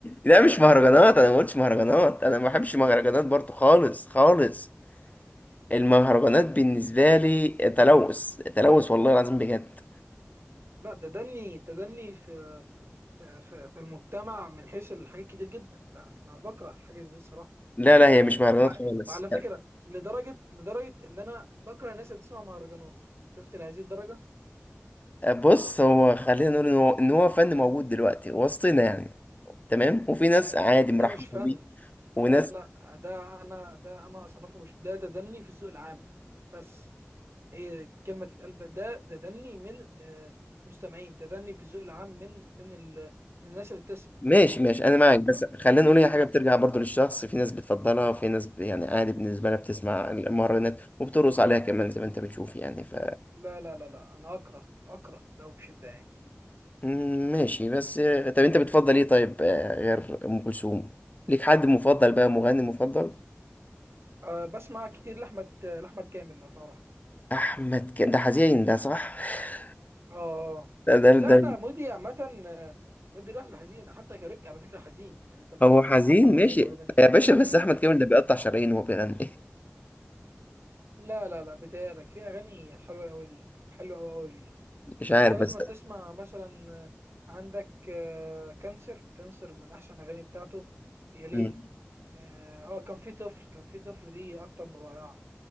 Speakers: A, on the left; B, on the right.
A: لا مش مهرجانات انا ما قلتش مهرجانات انا ما بحبش مهرجانات برضو خالص خالص المهرجانات بالنسبة لي تلوث تلوث والله العظيم بجد
B: لا تدني تدني في في, في المجتمع من حيث الحاجات كتير جدا لا ما بكره الحاجات دي الصراحه
A: لا لا هي مش مهرجانات
B: وبع...
A: خالص
B: وعلى فكره لدرجه لدرجه ان انا بكره الناس اللي بتسمع مهرجانات شفت لهذه الدرجه
A: بص هو خلينا نقول ان هو ان هو فن موجود دلوقتي وسطنا يعني تمام وفي ناس عادي مرحبة
B: ده مش فن
A: بيه وناس
B: لا لا ده انا ده انا اصنفه مش ده ده دني في الذوق العام بس ايه كلمه تتقال بقى ده ده دني من آه، مستمعين تدني في الذوق العام من من ال- الناس اللي بتسمع
A: ماشي ماشي انا
B: مش
A: معاك
B: اكتر
A: بس خلينا نقول
B: مش
A: هي حاجه
B: اكتر
A: بترجع برضو للشخص في ناس بتفضلها وفي ناس ب- يعني عادي بالنسبه لها بتسمع المهرجانات وبترقص عليها كمان زي ما انت بتشوف يعني ف
B: لا لا لا لا انا اكره اكره ده بشده يعني
A: مم، ماشي بس آه، طب انت بتفضل ايه طيب آه، غير ام كلثوم ليك حد مفضل بقى مغني مفضل
B: أه بسمع كتير لاحمد لاحمد كامل لو تعرف
A: احمد ك... ده حزين ده صح <laughs>
B: اه آه.
A: ده ده,
B: لا
A: ده
B: انا مودي عامه آه، مودي رايح لحزين حتى كاريك على فكره حزين يعني انت بتاع
A: هو حزين
B: انت ما تعرفش
A: ماشي
B: المعلومه دي
A: يا باشا بس احمد كامل ده بيقطع شرايين وهو بيغني
B: لا لا لا بتهيألك في أغاني حلوة أوي ليه حلوة أوي أوي ليه
A: <laughs> مش
B: يعني
A: عارف
B: أنت لازم
A: بس
B: تسمع مثلا آه، عندك آه، كانسر كانسر من أحسن الأغاني بتاعته يا ليل
A: مم.
B: اه آه، كان في طفل كان في طفل دي أكتر من رائعة